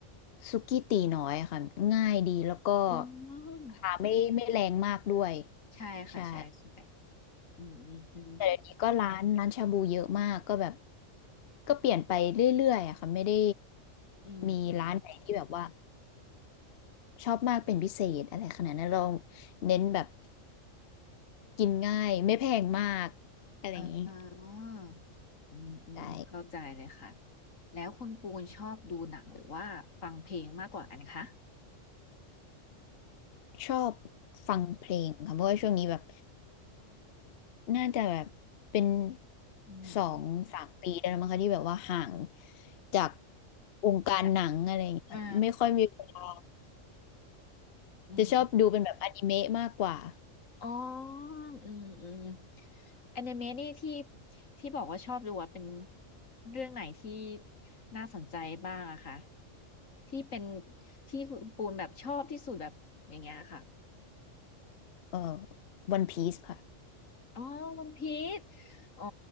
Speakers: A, on the left (about 55°); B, on the left (about 85°).
A: สุกี้ตีน้อยค่ะง่ายดีแล้วก็
B: อ๋อ
A: ราคาไม่ไม่แรงมากด้วย
B: ใช่ค่ะใช่ใช่
A: ใช่
B: อืมอืม
A: แต่เดี๋ยวนี้ก็ร้านร้านชาบูเยอะมากก็แบบก็เปลี่ยนไปเรื่อยๆอะค่ะไม่ได้
B: อืมอืมอืม
A: มีร้านไหนที่แบบว่าชอบมากเป็นพิเศษอะไรขนาดนั้นเราเน้นแบบกินง่ายไม่แพงมากอะไรอย่างนี้
B: อ่าอืมอืมเข้าใจเลยค่ะ
A: ใช่
B: แล้วคุณปูนชอบดูหนังหรือว่าฟังเพลงมากกว่ากันคะ
A: ชอบฟังเพลงค่ะเพราะว่าช่วงนี้แบบ น่าจะแบบเป็น
B: อืมอืม
A: สองสามปีได้แล้วมั้งคะที่แบบว่าห่างจากวงการหนังอะไรอย่างเงี้ยไม่ค่อยมีเวลา
B: และอ่าอืมอม
A: จะชอบดูเป็นแบบอนิเมะมากกว่า
B: อ๋ออืมอืมแอนิเมะนี่ที่ที่บอกว่าชอบดูอะเป็นเรื่องไหนที่น่าสนใจบ้างอะคะที่เป็นที่คุณปูนแบบชอบที่สุดแบบอย่างเงี้ยค่ะ
A: เออวันพีซค่ะ
B: อ๋อวันพีชอ๋อ